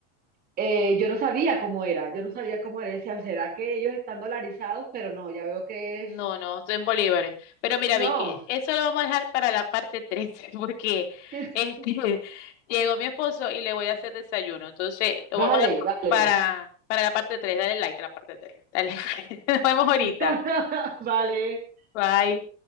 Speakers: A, on the right; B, on the left.
A: eh, yo no sabía cómo era, yo no sabía cómo era. Decía, ¿será que ellos están dolarizados? Pero no, ya veo que es.
B: No, no, estoy en bolívares. Pero mira,
A: No,
B: Vicky, eso lo vamos a dejar para la parte 13, porque
A: <laughs>
B: este, <laughs> llegó mi esposo y le voy a hacer desayuno. Entonces, lo
A: vale,
B: vamos a dejar
A: vale.
B: para, para la parte 3. Dale like a la parte 3. Dale, <laughs> nos vemos ahorita.
A: <laughs> Vale.
B: Bye.